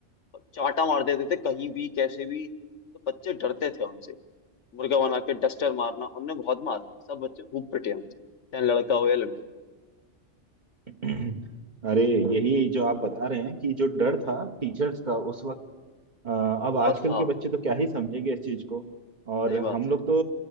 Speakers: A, on the left; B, on the right.
A: और चाटा मार देते थे कहीं भी कैसे भी तो बच्चे डरते थे उनसे मुर्गा बना के डस्टर मारना उनने बहुत मारे सब बच्चे खूब पिटे उनसे चाहे लड़का हो या लड़की
B: <laughs> अरे यही जो आप बता रहे हैं कि जो डर
A: हाँ
B: था
A: हाँ
B: टीचर्स का उस वक्त अ, अब
A: बहुत
B: आजकल
A: था
B: के बच्चे तो क्या ही समझेंगे इस चीज को और
A: सही बात
B: हम
A: है
B: लोग तो